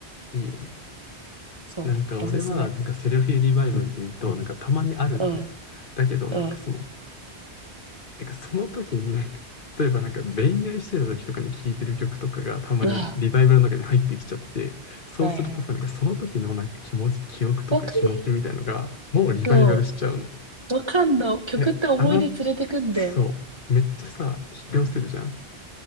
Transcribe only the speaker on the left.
いいね。
なんか俺は、
なんかセルフリバイバルで言うと、なんかたまにあるのね。
だけど、
なんかその、なんかその時になんか、例えばなんか恋愛してた時とかに聴いてる曲とかがたまにリバイバルの中に入ってきちゃって、
そうするとさ、
なんかその時のなんか気持ち、記憶とか気持ちみたいのが、
もうリバイバルしちゃうの。
え、あの、そう。めっちゃさ、引き寄せるじゃん。